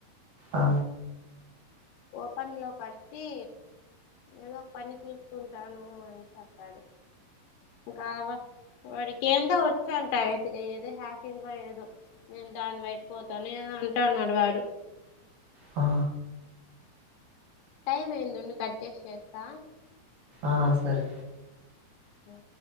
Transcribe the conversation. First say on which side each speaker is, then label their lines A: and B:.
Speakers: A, on the right (about 60°); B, on the left (about 80°).
A: ఆ
B: ఓపన్ లో కట్టి ఏదో ఒక పని చూసుకుంటాను అని చెప్పాడు ఇంకా వాడికి ఏందో వచ్చా అంటయితేగా ఏదో హ్యాకింగ్ ఏదో నేను దాని వైపు పోతాను ఏదో అంటా అన్నాడు వాడు
A: ఆ
B: టైం ఏందిండి కట్ చేసి చేస్తా
A: ఆ సరే
B: హ